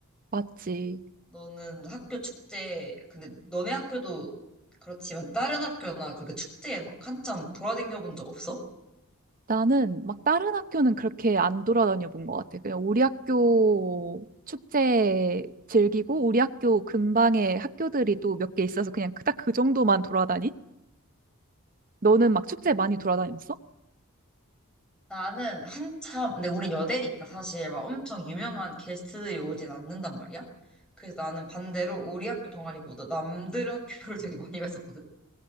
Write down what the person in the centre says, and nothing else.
너는 학교 축제, 근데 너네 학교도 그렇지만 다른 학교나 그렇게 축제에 막 한참 돌아다녀 본 적 없어?
아.
나는 한참, 근데 우린 여대니까 사실 막 엄청 유명한 게스트들이 오진 않는단 말이야. 그래서 나는 반대로 우리 학교 동아리보다 남들 학교를 되게 많이 갔었거든.